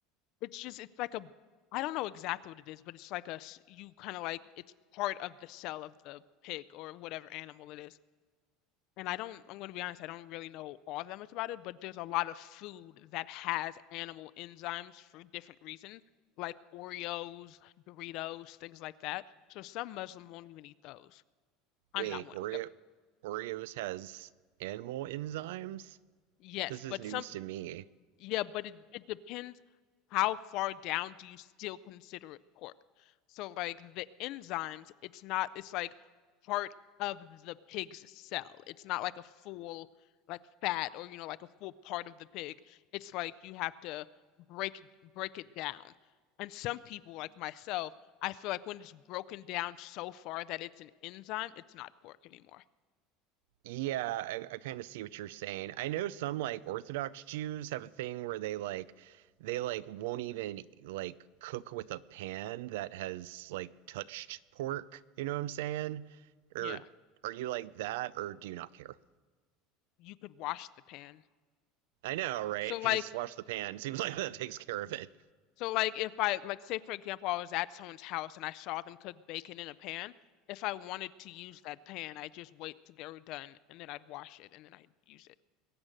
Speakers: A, on the left; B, on the right.
A: It's just it's like a I don't know exactly what it is, but it's like a s- you kind of like it's part of the cell of the pig or whatever animal it is and I don't, I'm going to be honest, I don't really know all that much about it, but there's a lot of food that has animal enzymes for different reasons, like Oreos, Doritos, things like that. So some Muslim won't even eat those.
B: Wait,
A: I'm not one
B: Oreo
A: of them.
B: Oreos has animal enzymes?
A: Yes,
B: This is
A: but
B: news
A: some
B: to me.
A: Yeah, but it, it depends how far down do you still consider it pork. So like the enzymes, it's not it's like part of the pig's cell. It's not like a full like fat or you know like a full part of the pig. It's like you have to break break it down. And some people like myself, I feel like when it's broken down so far that it's an enzyme, it's not pork anymore.
B: Yeah, I, I kind of see what you're saying. I know some like Orthodox Jews have a thing where they like they like won't even like cook with a pan that has like touched pork. You know what I'm saying? Or
A: Yeah.
B: are you like that, or do you not care?
A: You could wash the pan.
B: I know, right?
A: So
B: If
A: like
B: you just wash the pan, seems <laughs> like that takes care of it.
A: So like if I like say for example I was at someone's house and I saw them cook bacon in a pan, if I wanted to use that pan, I just wait till they were done and then I'd wash it and then I'd use it.